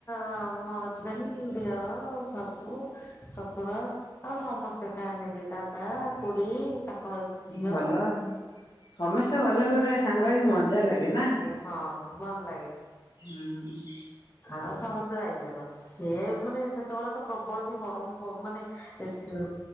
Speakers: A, on the left; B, on the left.
A: ଆଁ ମୋ ହଜବେଣ୍ଡ, ଦିଅର, ଶାଶୁ ଶଶୁର ଆଉ ସମସ୍ତେ ଫ୍ୟାମିଲି ଦାଦା, କୁଡି ତାଙ୍କ ଝିଅ
B: ଭଲ ଆଉ ସମସ୍ତେ ଗଲେ ଗୋଟେ ସାଙ୍ଗ ହେଇକି ମଜା ଲାଗେ ନା?
A: ହଁ ଭଲ ଲାଗେ।
B: ହୁଁ।
A: ଆଉ ସମସ୍ତେ ଯାଇଥିଲୁ ସିଏ ମାନେ ସେତେବେଳେ ତ ପ୍ରବଳ ବି ଗରମ ପ ମାନେ ଏସି